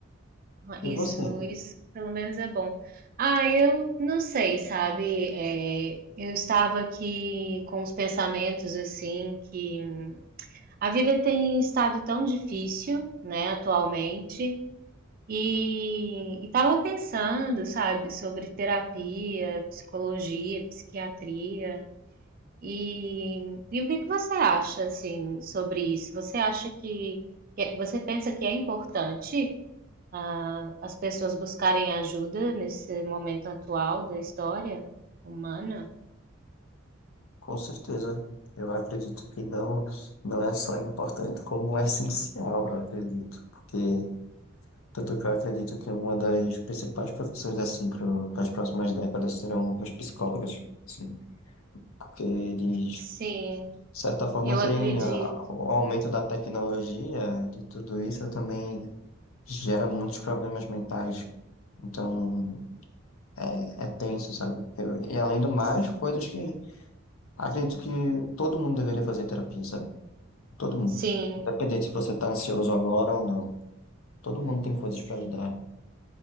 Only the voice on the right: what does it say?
Isso,
isso pelo menos é bom. Ah, eu não sei, sabe? É, eu estava aqui com os pensamentos assim que a vida tem estado tão difícil, né, atualmente. E estava pensando, sabe, sobre terapia, psicologia, psiquiatria. E, e o que que você acha, assim, sobre isso? Você acha que, que é- você pensa que é importante, ah, as pessoas buscarem ajuda nesse momento atual da história humana?
Sim,
eu
acredito.
Sim,
sim,
sim.